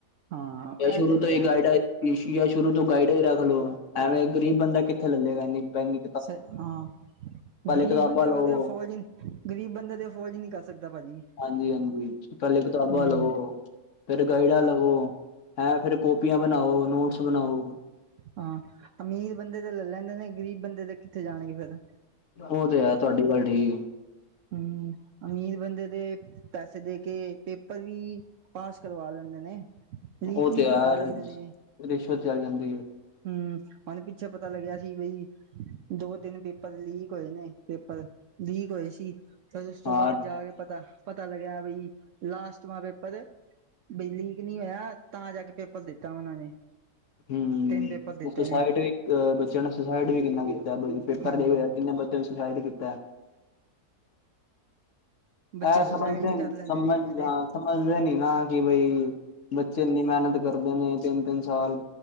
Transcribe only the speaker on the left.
ਯਾ ਸ਼ੁਰੂ
ਤੋਂ
ਯਾ ਸ਼ੁਰੂ ਤੋਂ ਗਾਈਡ ਈ ਰੱਖ ਲੋ, ਐਵੇਂ ਗਰੀਬ ਬੰਦਾ ਕਿੱਥੇ ਲਲੇਗਾ ਏਨੀ ਮੈਂਗੀ
ਕਿਤਾਬਾਂ
ਲਵੋ
ਹਾਂਜੀ-ਹਾਂਜੀ। ਪੈਲੇ ਕਿਤਾਬਾਂ
ਲੋ ਫੇਰ ਗਾਈਡਾ ਲਵੋ, ਹੈਂ, ਫੇਰ ਕੋਪੀਆਂ ਬਨਾਓ, ਨੋਟਸ ਬਨਾਓ
ਓ ਤੇ ਐ, ਤੁਆਡੀ ਗੱਲ ਠੀਕੇ।
ਉਹ
ਤੇ
ਹੈ
ਰਿਸ਼ਵਤ ਚੱਲ ਜਾਂਦੀ ਏ।
ਹਾਂ
ਹੁੰ,
ਸੋਸਾਇਟ
ਵੀ ਅ ਬੱਚਿਆਂ ਨੇ ਸੋਸਾਇਟ ਵੀ ਕਿੰਨਾ ਕੀਤਾ ਪੇਪਰ
ਲੀਕ ਹੋਆ, ਕਿੰਨੇ ਬੱਚੇ ਨੇ ਸੋਸਾਈਡ ਕੀਤਾ।
ਐ
ਸਮਂਝਦੇ
ਸਮਂਝਦਾਰ
ਸਮਝਦੇ ਨੀਂ ਨਾ। ਕਿ ਬਈ ਬੱਚੇ ਏਨੀ ਮੇਨਤ ਕਰਦੇ ਨੇ ਤੇਂਨ-ਤੇਂਨ ਸਾਲ।